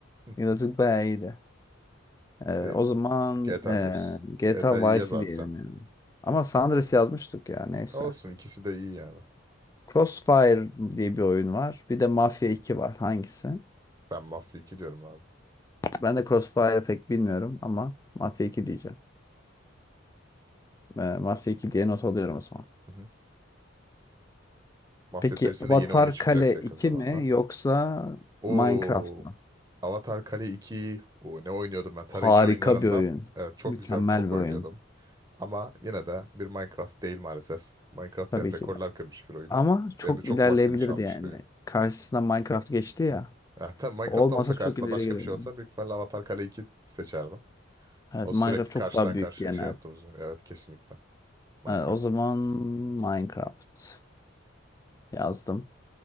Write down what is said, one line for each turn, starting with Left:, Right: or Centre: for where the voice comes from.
Right: Hı,
Left: GTA Türk bayağı iyiydi. Ee,
Right: İyi.
Left: o zaman
Right: GTA
Left: ee,
Right: diyoruz.
Left: GTA
Right: GTA'yı yaz
Left: Vice City
Right: abi
Left: diyelim
Right: sen.
Left: yani. Ama San Andreas yazmıştık ya neyse.
Right: Olsun ikisi de iyi yani.
Left: Crossfire diye bir oyun var. Bir de Mafia iki var. Hangisi?
Right: Ben Mafya iki diyorum abi.
Left: Ben de Crossfire'ı pek bilmiyorum ama Mafia iki diyeceğim. Ee, Mafia 2 diye not alıyorum o zaman.
Right: Hı hı. Mafya
Left: Peki
Right: serisinin
Left: Avatar
Right: de yeni oyunu çıkacaktı
Left: Kale 2
Right: yakın zamanda.
Left: mi yoksa
Right: Oo,
Left: Minecraft mı?
Right: Avatar Kale iki. Oo, ne oynuyordum ben? Tarayıcı
Left: Harika
Right: oyunlarından.
Left: bir oyun.
Right: Evet, çok
Left: Mükemmel
Right: güzel, çok
Left: bir oyun.
Right: oynuyordum. Ama yine de bir Minecraft değil maalesef. Minecraft
Left: Tabii
Right: yani rekorlar
Left: ki.
Right: kırmış bir oyun.
Left: Ama çok
Right: Benim de çok
Left: ilerleyebilirdi
Right: vaktimi çalmış
Left: yani.
Right: bir oyun.
Left: Karşısına Minecraft geçti ya.
Right: Ya, tabii Minecraft
Left: O Olmasa
Right: olmasa
Left: çok
Right: karşısında
Left: ileri
Right: başka
Left: gidiyor.
Right: bir şey
Left: yani.
Right: olsa büyük ihtimalle Avatar Kale iki seçerdim.
Left: Evet
Right: O
Left: Minecraft
Right: sürekli karşıdan
Left: çok daha büyük
Right: karşıya
Left: genel.
Right: şey yaptığımız oyun. Evet kesinlikle Minecraft.
Left: Evet, o zaman Minecraft yazdım.